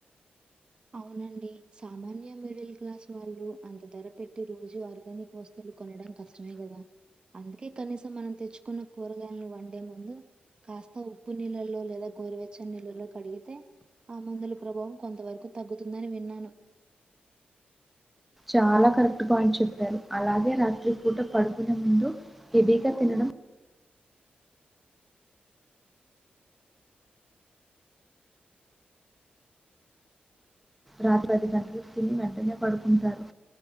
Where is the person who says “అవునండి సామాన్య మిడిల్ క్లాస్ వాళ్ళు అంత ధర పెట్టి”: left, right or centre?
Right